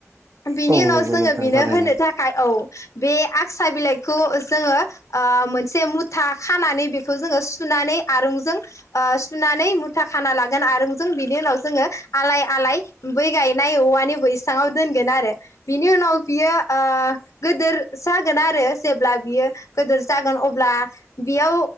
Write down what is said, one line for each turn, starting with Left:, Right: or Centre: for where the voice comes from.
Left: बिनि
Right: औ
Left: उनाव
Right: नंगौ
Left: जोङो
Right: नोंथां
Left: बिनो
Right: थारैनो
Left: होनो थाखाय औ बे आगसा बिलाइखौ जोंङो ओ मोनसे मुथा खानानै बेखौ जोङो सु नानै आरुजों ओ सुनानै मुथा खानालागोन आरूंजों बिनि उनाव जोंङो आलाइ आलाइ नाय बै गायनाय औवानि बैसाङाव दोनगोन आरो बिनि उनाव बियो ओ गोदोर जागोन आरो जेब्ला बियो गोदोर जागोन अब्ला बेयाव